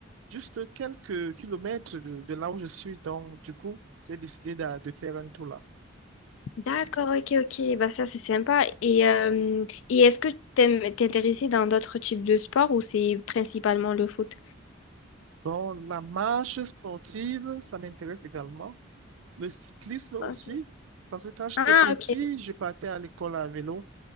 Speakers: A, on the right (about 80°); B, on the left (about 70°).
A: juste quelques kilomètres de, de là où je suis. Donc, du coup, j'ai décidé de, de faire un tour là.
B: D'accord, ok, ok. Bah ça, c'est sympa. Et, euh, et est-ce que t'aimes t'intéresser dans d'autres types de sports ou c'est principalement le foot?
A: Bon, la marche sportive, ça m'intéresse également. Le cyclisme aussi,
B: Ok.
A: parce que quand j'étais
B: Ah,
A: petit,
B: ok.
A: je partais à l'école à vélo.